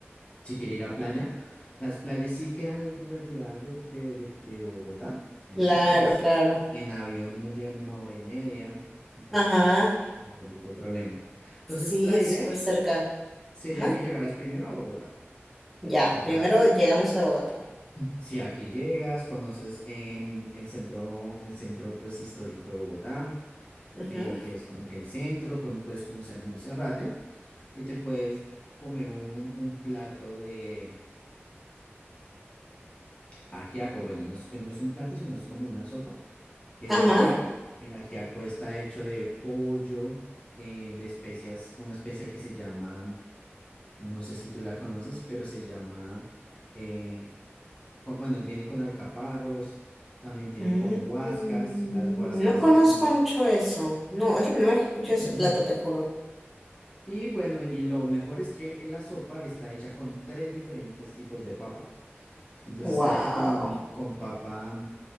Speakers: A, on the left (about 25°); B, in the centre.
A: si quiere ir a playa. Las playas sí quedan retiradas de, de- de- de Bogotá, como
B: Claro,
A: tal, pero pues
B: claro.
A: en avión uno llega en una hora y media, entonces
B: Ajá.
A: sí, no hay ningún tipo de problema. Entonces,
B: Sí,
A: la idea
B: súper cerca.
A: sería
B: Ajá.
A: que llegaras primero a Bogotá.
B: Ya,
A: Ya,
B: primero llegamos a Bogotá.
A: si aquí llegas, conoces em, el centro, el centro pues histórico de Bogotá,
B: Ajá.
A: eh, que es como que el centro, cuando puedes conocer Monserrate y te puedes comer un, un plato de, Ajiaco, bueno, no es, eh, no es un plato, sino es como una sopa que
B: Ajá.
A: es de ajiaco. El ajiaco está hecho de pollo, eh, de especias, una especia que se llama, no sé si tú la conoces, pero se llama, eh, co- bueno, viene con alcaparros, también tiene
B: Mm,
A: con guascas, las guascas
B: no conozco
A: es como...
B: mucho eso. No, es la primera vez que escuché
A: <clears throat>
B: ese plato, te juro.
A: Y bueno, y lo mejor es que la sopa está hecha con tres diferentes tipos de papa. Entonces
B: Wow.
A: está hecho con, con papa.